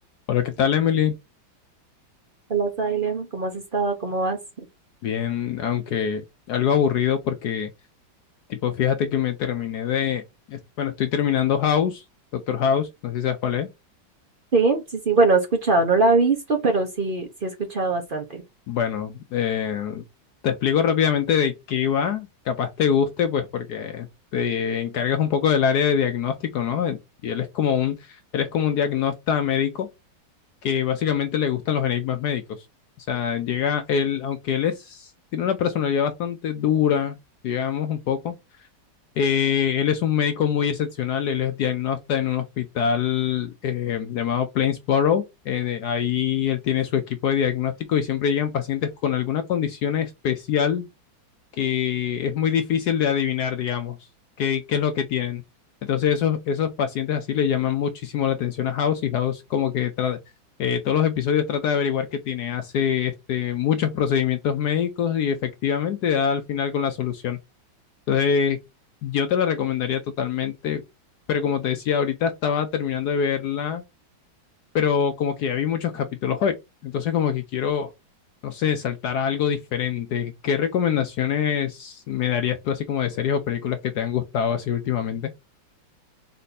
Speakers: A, on the left (about 70°); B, on the right (about 50°).
A: Hola, ¿qué tal, Emily?
B: Hola, Salem, ¿cómo has estado? ¿Cómo vas?
A: Bien, aunque algo aburrido porque, tipo, fíjate que me terminé de, es- bueno, estoy terminando House, Doctor House, no sé si sabes cuál es.
B: Sí, sí, sí, bueno, he escuchado, no la he visto, pero sí, sí he escuchado bastante.
A: Bueno, eh, te explico rápidamente de qué va, capaz te guste, pues porque te encargas un poco del área de diagnóstico, ¿no? Y él es como un, él es como un diagnasta médico que básicamente le gustan los enigmas médicos. O sea, llega él, aunque él es, tiene una personalidad bastante dura, digamos, un poco Eh, él es un médico muy excepcional, él es diagnóstico en un hospital eh, llamado Plainsboro. Eh, ahí él tiene su equipo de diagnóstico y siempre llegan pacientes con alguna condición especial que es muy difícil de adivinar, digamos, qué, qué es lo que tienen. Entonces esos, esos pacientes así le llaman muchísimo la atención a House y House como que tra- eh, todos los episodios trata de averiguar qué tiene, hace este, muchos procedimientos médicos y efectivamente da al final con la solución. Entonces, yo te la recomendaría totalmente, pero como te decía, ahorita estaba terminando de verla, pero como que ya vi muchos capítulos hoy. Entonces, como que quiero, no sé, saltar a algo diferente. ¿Qué recomendaciones me darías tú así como de series o películas que te han gustado así últimamente?